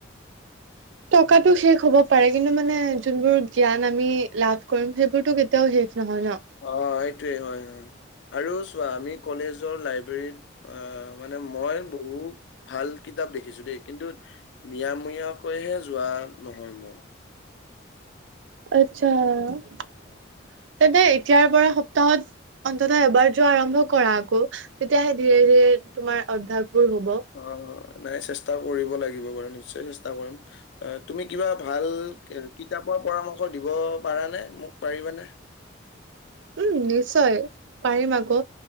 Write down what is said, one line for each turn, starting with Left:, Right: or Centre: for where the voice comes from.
Left: <inaudible>
Right: টকাটো শেষ হ'ব পাৰে কিন্তু মানে যোনবোৰ জ্ঞান আমি লাভ কৰিম সেইবোৰতো কেতিয়াও শেষ নহয় ন।
Left: অ, এইটোৱে হয় -হয় আৰু চোৱা আমি কলেজৰ লাইব্ৰেৰীত আহ, মানে মই বহু ভাল কিতাপ দেখিছো দেই কিন্তু মিয়ামীয়াকৈহে যোৱা নহয় মোৰ।
Right: আচ্ছা এদে এতিয়াৰ পৰা সপ্তাহত অন্তত এবাৰ যোৱা আৰম্ভ কৰা আকৌ তেতিয়াহে ধীৰে- ধীৰে তোমাৰ অভ্যাসবোৰ হ'ব।
Left: অ, নাই চেষ্টা কৰিব লাগিব বাৰু নিশ্চয় চেষ্টা কৰিম। অ, তুমি কিবা ভাল কিতাপৰ পৰামৰ্শ দিব পাৰানে মোক পাৰিবানে?
Right: উম, নিশ্চয় পাৰিম আকৌ